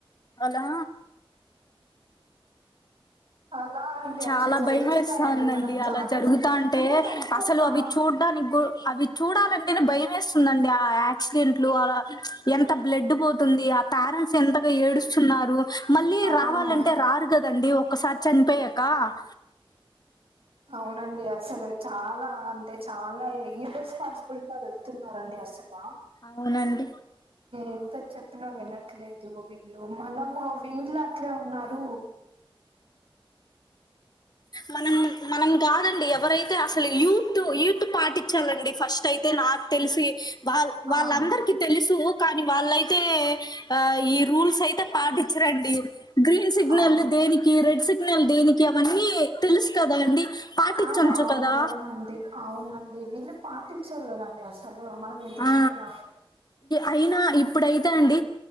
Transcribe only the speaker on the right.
అలా అండి
అట్లా జరుగుతున్నాయండి
మనం జాగ్రత్త
మన తప్పు
ఆ
ఆ
అవునండి అసలు చాలా అంటే చాలా ఏ ఇర్రెస్పాన్సిబిలిటీ కాద నడుపుతున్నారండి అసల
ఎంత చెప్పిన వినట్లేదు వీళ్లు మనము వీళ్ళు అట్లే ఉన్నారు
ఆ
అండి
అవును.
ఆ అవునవునండి.
అవునండి వీళ్ళు పాటించారు కదండి అసలు మనం ఎంత
చెప్పిన